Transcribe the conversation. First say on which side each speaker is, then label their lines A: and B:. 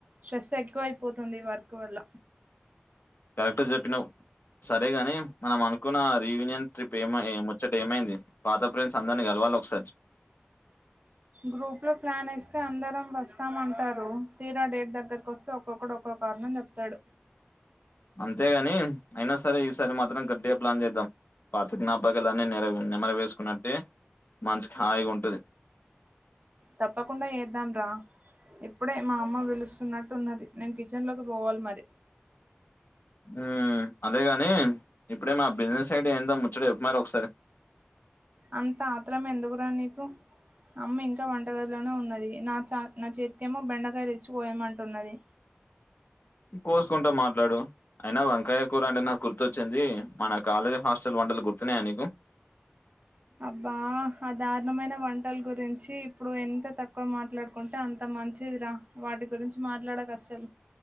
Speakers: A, on the right; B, on the left.
A: స్ట్రెస్ ఎక్కువ అయిపోతుంది వర్క్ వల్ల
B: కరెక్టర్ చెప్పినావ్ సరే గాని మనం అనుకున్న రీయూనియన్ ట్రిప్ ఏమ ముచ్చట ఏమైంది పాత ఫ్రెండ్స్ అందర్ని గల వాల ఒకసార్
A: గ్రూప్లో ప్లాన్ వేస్తే అందరం వస్తామంటారు తీరా డేట్ దగ్గరకు వస్తే ఒక్కొక్కడు ఒక్కొ కారణం చెప్తాడు
B: అంతేగాని అయినా సరే ఈసారి మాత్రం గట్టిగా ప్లాన్ చేద్దాం పాత జ్ఞాపకాలన్నీ నెర నెమర వేసుకున్నట్టే మనసుకి హాయిగుంటది
A: తప్పకుండా ఏద్దాం రా ఇప్పుడే మా అమ్మ పిలుస్తున్నట్టున్నది నేను కిచెన్ లోకి పోవాలి మరి
B: ఉ అదేగాని ఇప్పుడే మా బిజినెస్ సైడ్ ఏందొ ముచ్చట చెప్పు మరి ఒకసారి
A: అంత ఆత్రరమేందుకురా నీకు అమ్మ ఇంకా వంటగదిలోనే ఉన్నది నా చా నా చేతికేమో బెండకాయలు ఇచ్చి కోయమంటున్నది
B: కోసుకుంటా మాట్లాడు అయినా వంకాయ కూర అంటే నాకు గుర్తొచ్చింది మన కాలేజ్ హాస్టల్ వంటలు గుర్తున్నాయా నీకు
A: అబ్బా ఆ దారుణమైన వంటలు గురించి ఇప్పుడు ఎంత తక్కువ మాట్లాడుకుంటే అంత మంచిది రా వాటి గురించి మాట్లాడకసలు